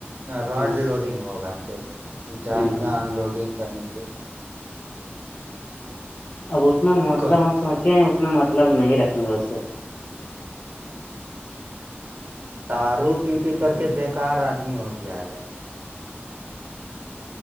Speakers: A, on the right (about 50°); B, on the left (about 55°).
A: راڈ
B: ہ
A: لوڈنگ ہوگا پھر جائیں
B: ہ
A: گے آن لوڈنگ کرنے کے لیے
B: اب اتنا مطلب
A: لیے
B: ہم سوچے ہیں اتنا مطلب نہیں رکھیں گے اس سے
A: دارو پی پی کر کے بیکار آدمی ہو گیا ہے